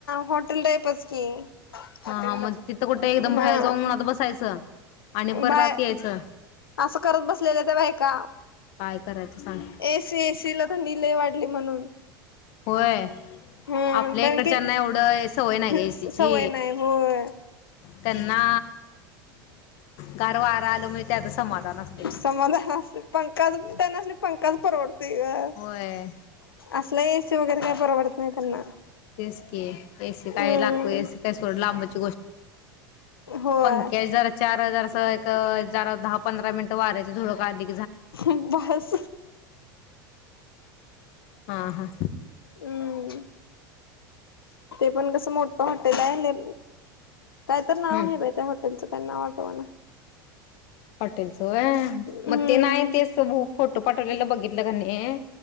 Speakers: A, on the left (about 85°); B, on the left (about 60°).
A: हॉटेल टाईपच की
B: हा
A: हॉटेल
B: हा मग
A: लाच होतं
B: तिथं कुठे एकदम
A: ग
B: बाहेर
A: हा
B: जाऊन उन्हात बसायचं आणि परत
A: बाय
B: आत यायचं
A: असं करत बसलेल्या त्या बायका
B: काय करायचं सांग
A: एसी एसीला थंडी लय वाट ली म्हणून
B: होय.
A: हम्म
B: आपल्या
A: कारण
B: इकडच्यांना
A: की
B: एवढं सवय नाय ग एसी
A: सवय
B: ची
A: नाही होय
B: त्यांना गार वारा आलं म्हणजे त्यात समाधान असतय
A: समाधान असते पंकाच तेनास्नी पंखाचं परवडतो. ते
B: होय
A: असलंय शिवगरी काय परवडत नाही त्यांना.
B: तेचकी ए सी काय
A: हम्म
B: लागतोय. ए सी काय सोड लांबच.
A: होय.
B: पंक्याची जरा चार हजार स एक चार, दहा, पंधरा मिनट वाऱ्याची झुळूक आली.
A: ह बास
B: हा हा
A: हम्म ते पण कसं मो इथं हॉटेल आहे ने काय तर नाव
B: हम्म
A: आहे बाई त्या हॉटेलचं. पण नाव आठवना.
B: पाटील अस होय
A: हम्म
B: मग ते नाही तेच फोटो पाठवलेलं बघितलं की नाही. ए